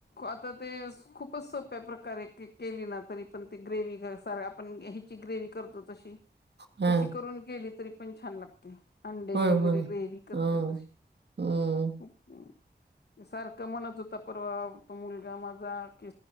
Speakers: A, on the left (about 65°); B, on the right (about 70°).
A: आता ते खूपच सोप्या प्रकारे के केली ना तरी पण ते ग्रेव सा स आपण ह्याची ग्रेवही करतो तशी
B: हम
A: तशी करून केली तरी पण छान लागते. अंड्याची
B: होय
A: वगैरे
B: होय
A: ग्रेवही करतोय
B: हम्म
A: तशी
B: हम्म
A: खूप सारखं म्हणत होता परवा तो मुलगा माझा की